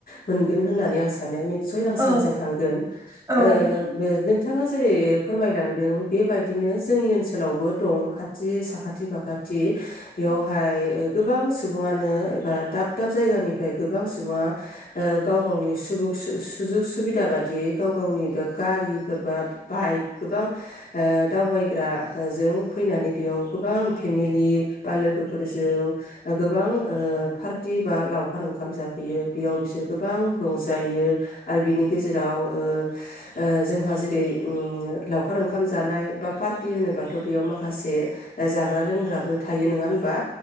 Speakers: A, on the left; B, on the right.
A: मोनगोन होननानै आं सानो। सय आं
B: औ
A: सानसे थांगोन
B: औ
A: ओ बा नों <unintelligible> जेरै फोरमायलांदों बेबायदिनो जोंनि ओनसोलावबो दं खाथि साखाथि फाखाथि बेयावहाय
B: औ
A: गोबां सुबुङानो एबा दाब दाब जायगानिफ्राय गोबां सुबुङा ओ गाव गावनि सुजुग सुबिदा बादियै गाव गावनि बे गारिफोरबा बाइक गोबां दावबायग्रा जों फैनानै बेयाव गोबां फेमिलि बा लोगोफोरजों गोबां ओ पार्टि बा लावखार ओंखाम जाफैयो बेयाव बिसोरो गोबां रंजायो आरो बिनि गेजेरजों आव ओ ओ जों जोंहा जेरै उम लावखार ओंखाम जानाय बा पार्टि होनोबाथ' बेयाव माखासे जाग्रा लोंग्राबो थायो नङा होनबा